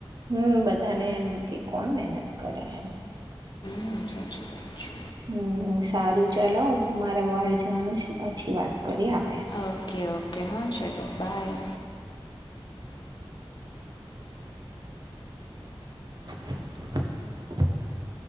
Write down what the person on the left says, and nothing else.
હમ સાચી છે
ઓકે ઓકે હા ચલો બાય.